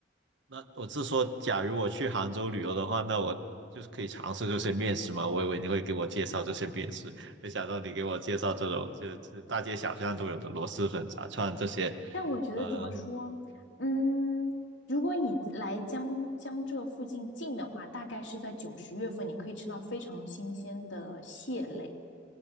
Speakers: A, on the right (about 70°); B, on the left (about 70°).
A: 那我是说，假如我去杭州旅游的话，那我就是可以尝试这些面食嘛。我以为你会给我介绍这些面食，没想到你给我介绍这种就是就是大街小巷都有的螺蛳粉、炸串这些，
B: 但我觉得怎么说，
A: 呃，
B: 嗯，如果你来江江浙附近近的话，大概是在九十月份，你可以吃到非常新鲜的蟹类